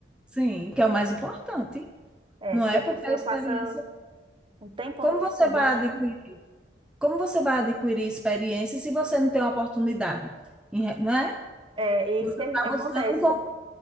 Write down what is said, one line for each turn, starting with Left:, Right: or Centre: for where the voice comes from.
Centre: sim, que é o mais importante,
Right: É,
Centre: não
Right: porque
Centre: é?
Right: a
Centre: Porque
Right: pessoa
Centre: a experiência.
Right: passa um tempão
Centre: Como
Right: estudando.
Centre: você vai adquirir, como você vai adquirir experiência se você não tem uma oportunidade? Em re- Não é?
Right: É, e é
Centre: Você
Right: isso que
Centre: está
Right: a gen- acontece.
Centre: buscando um